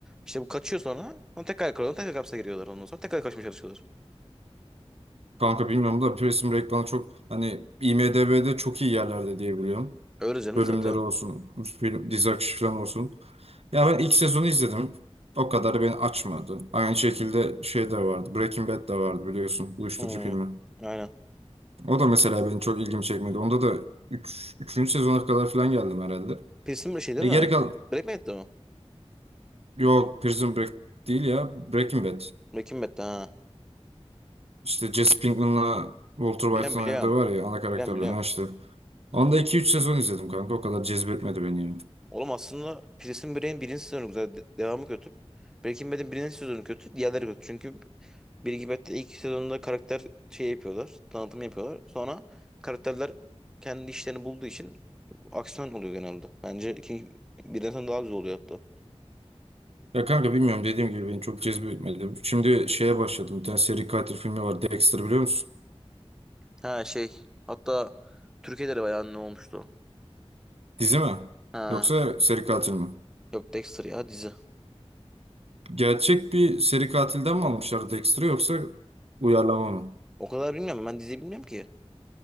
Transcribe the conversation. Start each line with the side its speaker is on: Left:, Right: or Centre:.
Centre: İşte bu kaçıyor sonra. Sonra tekrar yakalıyorlar. Tekrar hapse giriyorlar ondan sonra. Tekrar kaçmaya çalışıyorlar.
Right: kanka bilmiyorum da Prison Break bana çok hani IMDb'de çok iyi yerlerde diye biliyorum.
Centre: Öyle canım
Right: Bölümleri
Centre: zaten.
Right: olsun, film, dizi akışı falan olsun. Ya ben ilk sezonu izledim. O kadar beni açmadı. Aynı şekilde şey de vardı. Breaking Bad de vardı biliyorsun. Uyuşturucu
Centre: Hmm,
Right: filmi.
Centre: aynen.
Right: O da mesela beni çok ilgimi çekmedi. Onda da üç üçüncü sezona kadar falan geldim herhalde.
Centre: Pilsin bir şey değil
Right: Ve
Centre: mi?
Right: geri kal...
Centre: Breaking Bad'de mi?
Right: Yok Prison Break değil ya. Breaking Bad.
Centre: Breaking Bad'de ha.
Right: İşte Jesse Pinkman'la Walter
Centre: Biliyorum
Right: White'ın
Centre: biliyorum.
Right: oynadığı var ya ana karakterler.
Centre: Biliyorum biliyorum.
Right: Ha işte. Onda iki üç sezon izledim kanka. O kadar cezbetmedi beni yani.
Centre: Oğlum aslında Prison Break'in birinci sezonu güzel. de- Devamı kötü. Breaking Bad'in birinci sezonu kötü. Diğerleri kötü. Çünkü Breaking Bad'de ilk sezonunda karakter şey yapıyorlar. Tanıtım yapıyorlar. Sonra karakterler kendi işlerini bulduğu için aksiyon oluyor genelde. Bence ikinci, birden sonra daha güzel oluyor hatta.
Right: Ya kanka bilmiyorum dediğim gibi beni çok cezbetmedi. Şimdi şeye başladım. Bir tane seri katil filmi var. Dexter biliyor musun?
Centre: Ha şey. Hatta Türkiye'de de bayağı ne olmuştu.
Right: Dizi mi?
Centre: Ha.
Right: Yoksa seri katil mi?
Centre: Yok Dexter ya dizi.
Right: Gerçek bir seri katilden mi almışlar Dexter'ı yoksa uyarlama mı?
Centre: O kadar bilmiyorum. Ben dizi bilmiyorum ki.